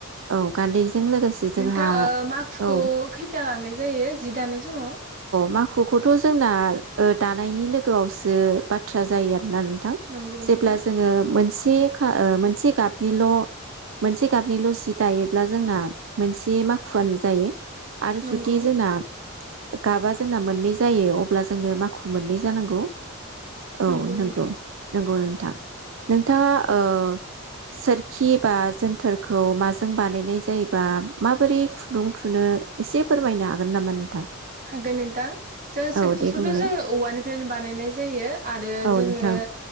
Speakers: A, on the right (about 65°); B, on the right (about 40°).
A: औ गान्दैजों लोगोसे
B: नोंथां
A: जोंहा
B: ओ माखुखौ
A: औ
B: खैथा लानाय जायो जि दानाय समाव?
A: माखुखौखौथ' ओ जोंना दानायनि लोगोआवसो बाथ्रा जायो आ ना नोंथां
B: नंगौ
A: जेब्ला
B: नोंथां
A: जोङो मोनसे से खा ओ मोनसे गाबनिल' मोनसे गाबनिल' जि दायोब्ला जोंना मोनसे माखुआनो जायो आरो
B: नंगौ
A: जुदि जोंना गाबा जोंना मोननै जायो अब्ला जोंनो माखु मोननै जानांगौ औ
B: नंगौ
A: नोंगौ
B: नोंथां
A: नोंगौ नोंथां नोंथाङा ओ सोरखि बा जोनथोरखौ माजों बानायनाय जायोबा माबोरै खुन्दुं थुनो एसे फोरमायनो हागोन नामा नोंथां
B: हागोन नोंथां जों सोरखिखौथ'
A: औ दे बुंलाय
B: जोङो औवानिफ्रायनो बानायनाय जायो आरो
A: औ
B: जोङो
A: नोंथां